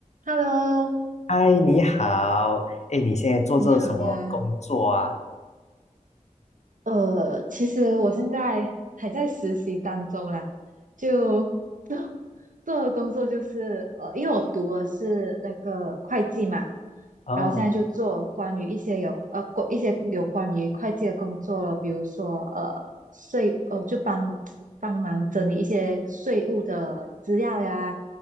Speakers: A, on the right; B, on the left.
A: Hello，
B: 嗨，你好，哎，你现在做着什么工作啊？
A: 你好呀，呃，其实我现在还在实习当中啦，就 <laughs> 做的工作就是呃，因为我读的是那个会计嘛，
B: 哦，
A: 然后现在就做关于一些有呃关一些有关于会计的工作了，比如说呃税呃就帮帮忙整理一些税务的资料呀，